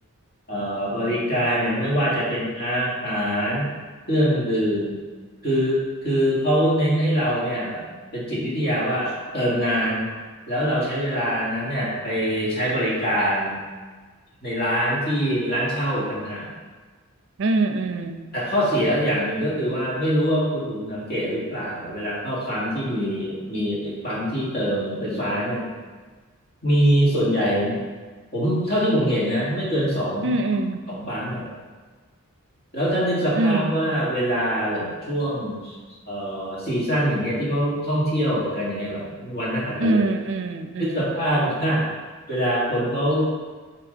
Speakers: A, on the left; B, on the right.
A: เอ่อบริการเนี่ยไม่ว่าจะเป็นอาหารเครื่องดื่มคือคือเขาเน้นให้เราเนี่ยแบบเป็นจิตวิทยาว่าเติมนานแล้วเราใช้เวลานั้นเนี่ยไปใช้บริการในร้านที่ร้านเช่าอีกต่างหาก
B: อืมอืม
A: แต่ข้อเสียอย่างหนึ่งก็คือว่าไม่รู้ว่าคุณอุ่นสังเกตหรือเปล่าเวลาเข้าปั๊มที่มีมีไอ้ปั๊มที่เติมไฟฟ้าเนี่ยมีส่วนใหญ่ผมเท่าที่ผมเห็นนะไม่เกินสอง
B: อืมอืม
A: สองปั๊มอ่ะแล้วถ้านึกสภาพว่าเวลาอย่างช่วง
B: อืม
A: เอ่อซีซั่นอย่างเงี้ยที่เขาท่องเที่ยวกันอย่างเงี้ยแบบวันนักขัตฤกษ์
B: อืมอืมอืม
A: นึกสภาพว่าเวลาคนเขา